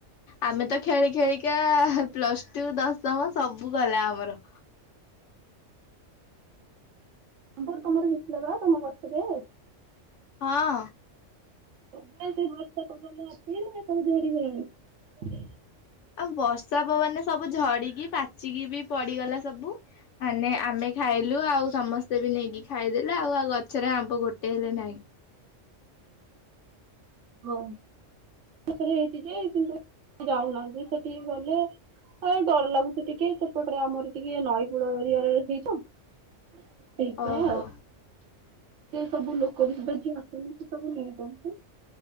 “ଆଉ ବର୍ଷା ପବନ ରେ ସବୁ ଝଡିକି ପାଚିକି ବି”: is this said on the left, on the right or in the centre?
Left